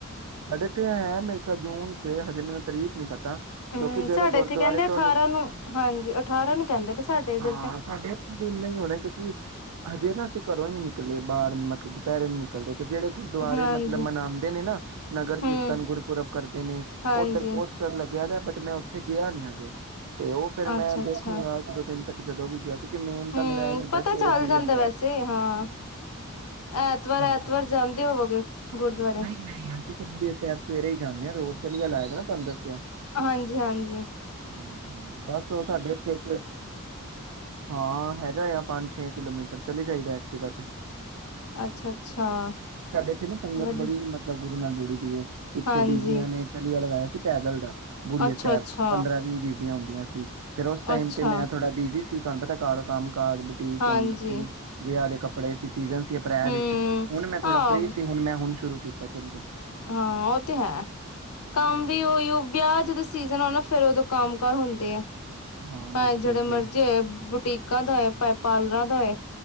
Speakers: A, on the right; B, on the left.
A: ਸਾਡੇ ਤੇ ਹੈ ਮੇਰੇ ਖਿਆਲ ਜੂਨ ਚ ਹਜੇ ਮੈਨੂੰ ਤਰੀਕ ਨੀ ਪਤ ਤਾ
B: ਹੂੰ
A: ਕਿਉਂਕਿ ਜੇੜੇ
B: ਸਾਡੇ
A: ਗੋਰਦੁਆਰੇ
B: ਇੱਥੇ ਕਹਿੰਦੇ ਅਠਾਰਾਂ
A: ਤੋਂ ਨ
B: ਨੂੰ ਹਾਂਜੀ ਅਠਾਰਾਂ ਨੂੰ ਕਹਿੰਦੇ ਪਏ ਸਾਡੇ ਇੱਧਰ
A: ਹਾਂ,
B: ਤੇ
A: ਸਾਡੇ ਏਥੇ ਵੀ ਇੰਨਾ ਈ ਹੋਣਾ ਕਿਉਂਕਿ ਹਜੇ ਨਾ ਅਸੀਂ ਘਰੋਂ ਈ ਨੀ ਨਿ ਨਿਕਲੇ ਬਾਰ ਮਤਲਬ ਦੁਪੈਰੇ ਨੀ ਨਿਕਲਦੇ ਤੇ ਜਿਹੜੇ ਗੁਰਦੁਆਰੇ
B: ਹਾਂਜੀ
A: ਮਤਲਬ ਮਨਾਉਂਦੇ ਨੇ ਨਾ ਨਗਰ
B: ਹੂੰ
A: ਕੀਰਤਨ ਗੁਰਪੁਰਬ ਕਰਦੇ ਨੇ
B: ਹਾਂਜੀ
A: ਉਧਰ ਪੋਸਟਰ ਲੱਗੇ ਗਿਆ ਬਟ ਮੈਂ ਉੱਥੇ ਗਿਆ ਨੀ ਹਜੇ ਤੇ ਉਹ ਫਿਰ ਮੈਂ
B: ਅੱਛਾ-ਅੱਛਾ
A: ਦੇਖੂੰਗਾ ਇੱਕ ਦੋ ਦਿਨ ਤੱਕ ਜਦੋਂ ਵੀ ਗਿਆ ਕਿ ਤੇ ਮੇਨ ਤਾਂ
B: ਹੂੰ
A: ਮੇਰਾ ਇਹੀ ਹੁੰਦਾ
B: ਪਤਾ
A: ਸਵੇਰੇ
B: ਚੱਲ
A: ਬੁੜੀਆਂ
B: ਜਾਂਦਾ
A: ਸਾਹਿਬ
B: ਵੈਸੇ ਹਾਂ ਐਤਵਾਰ-ਐਤਵਾਰ
A: ਹਾਂਜੀ ਹ
B: ਜਾਂਦੇ ਹੋਵੋਗੇ ਗੁਰਦੁਆਰੇ
A: ਨਹੀਂ ਨਹੀਂ ਅਸੀਂ ਬੁੜੀਆ ਸਾਹਿਬ ਸਵੇਰੇ ਹੀ ਜਾਂਦੇ ਆ ਰੋਜ਼ ਚਲਿਆ ਲਾਏ ਦਾ। ਹੁਨ ਦੱਸਿਆ
B: ਹਾਂਜੀ ਹਾਂਜੀ
A: ਹਾਂਜੀ-ਹਾਂਜੀ ਬਸ ਉਹ ਸਾਡੇ ਇੱਥੇ ਇੱਕ ਹਾਂ ਹੈਗਾ ਆ ਪੰਜ ਛੇ ਕਿਲੋ ਮੀਟਰ ਚਲੇ ਜਾਈਦਾ ਐਕਟਿਵਾ ਤੇ ਹ
B: ਅੱਛਾ-ਅੱਛਾ,
A: ਸਾਡੇ ਇੱਥੇ ਨਾ ਸੰਗਤ
B: ਵਧੀ
A: ਬੜੀ ਮਤਲਬ ਗੁਰੂ ਨਾਲ ਜੁੜੀ ਦੀ ਹੈ ਪਿੱਛੇ
B: ਹਾਂਜੀ,
A: ਬੀਬੀਆਂ ਨੇ ਚਲਆ ਲਗਾਇਆ ਸੀ ਪੈਦਲ ਦਾ ਗੁੜੀਏ
B: ਅੱਛਾ-ਅੱਛਾ,
A: ਸਾਹਿਬ ਪੰਦਰਾਂ
B: ਅੱਛਾ।
A: ਵੀਹ ਦਿਨ ਵਆਉਂਦੀਆਂ ਫਿਰ ਉਸ ਟਾਈਮ
B: ਅੱਛਾ
A: ਤੇ ਮੈਂ ਥੋੜਾ ਬਿਜੀ ਠੀਕਾ ਪਤਾ ਘਰ ਕੰਮ ਘਰ ਬੁਟੀਕ
B: ਹਾਂਜੀ,
A: ਅੰਦਰ ਸੀ ਵਿਆਹ ਦੇ ਕੱਪੜੇ ਸੀ ਸੀਜਨ ਸੀ ਅਪ੍ਰੈਲ
B: ਹੂੰ।
A: ਵਿੱਚ ਹੁਣ ਮੈਂ ਥੋੜਾ
B: ਆਹ,
A: ਫਰੀ ਸੀ ਹੁਣ ਮੈਂ ਹੁਣ ਸ਼ੁਰੂ ਕੀਤਾ ਚੱਲਿਆ?
B: ਹਾਂ ਉਹ ਤੇ ਹੈ
A: ਹਮ,
B: ਕੰਮ ਵੀ ਉਹੀ ਵਿਆਹ ਜਦੋਂ ਸੀਜਨ ਹੋ ਨਾ ਫਿਰ ਉਦੋਂ ਕੰਮ ਕਾਰ ਹੁੰਦੇ ਆ
A: ਹਾਂ
B: ਭਾਵੇ
A: ਬਿਲਕੁਲ
B: ਜਿਹੜੇ ਮਰਜ਼ੀ
A: ਜੀ
B: ਬੁਟੀਕ ਕਾਦਾ ਏ ਪਾਏ ਪਾਲਰਾਂ ਦਾ ਏ